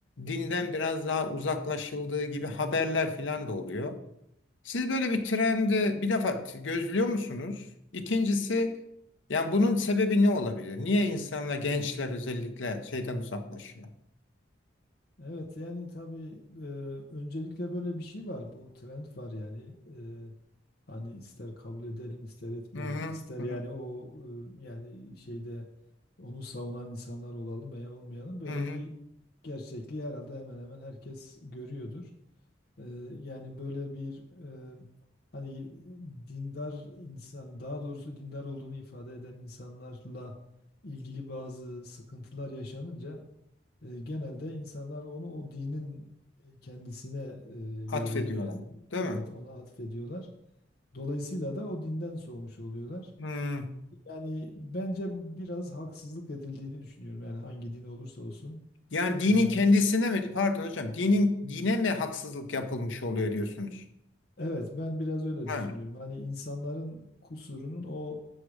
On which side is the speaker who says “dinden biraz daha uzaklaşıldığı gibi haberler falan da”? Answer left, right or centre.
Left